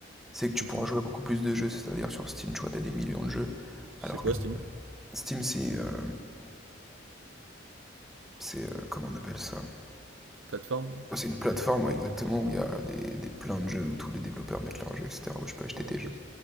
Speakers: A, in the centre; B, on the right.
A: c'est que tu
B: Mhm.
A: pourras jouer à beaucoup plus de jeux. C'est-à-dire sur Steam, tu vois, t'as des millions de jeux.
B: C'est
A: Alors
B: quoi
A: que
B: Steam?
A: Steam, c'est... euh, c'est... euh, comment on appelle ça?
B: Plateforme?
A: C'est une plateforme, ouais, exactement, où il y a des, des plein de jeux, où tous les développeurs mettent leurs jeux, etc., où tu peux acheter
B: Ah,
A: tes
B: ok.
A: jeux.